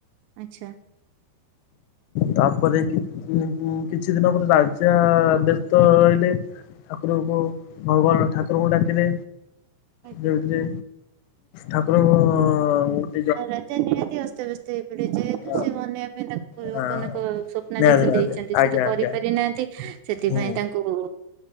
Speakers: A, on the right; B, on the left.
A: ଆଛା।
B: ତାପରେ କି କିଛି ଦିନ ପରେ ରାଜା ବ୍ୟସ୍ତ ରହିଲେ। ଠାକୁରଙ୍କୁ ଭଗବାନ ଠାକୁରଙ୍କୁ ଡାକିଲେ
A: ଆଜ୍ଞା।
B: ରେ ଠାକୁରଙ୍କ
A: ଆଉ ରାଜା ନିହାତି ଅସ୍ତବ୍ୟସ୍ତ ହେଇପଡିବ ଯେହେତୁ
B: ହଁ
A: ସେ ବନେ ତା ଲୋକାନକ
B: ହଁ।
A: ସ୍ୱପ୍ନାଦେଶ
B: ନିହାତି ନିହାତି
A: ଦେଇଛନ୍ତି
B: ଆଜ୍ଞା
A: ସେ ତ କରିପାରି
B: ଆଜ୍ଞା
A: ନାହାନ୍ତି ସେଥିପାଇଁ
B: ହୁଁ।
A: ତାଙ୍କୁ କୋ